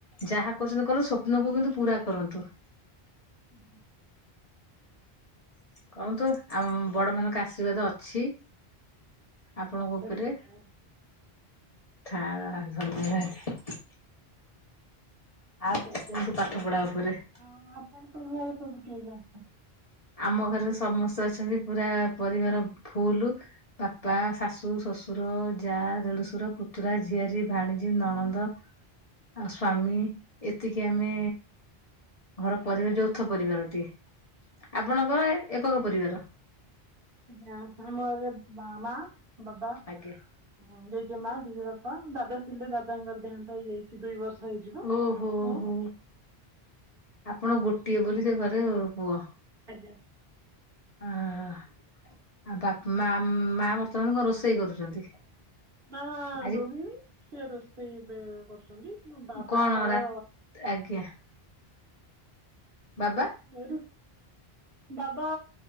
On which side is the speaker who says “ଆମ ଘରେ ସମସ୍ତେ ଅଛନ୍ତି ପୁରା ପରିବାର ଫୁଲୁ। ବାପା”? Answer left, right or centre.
Left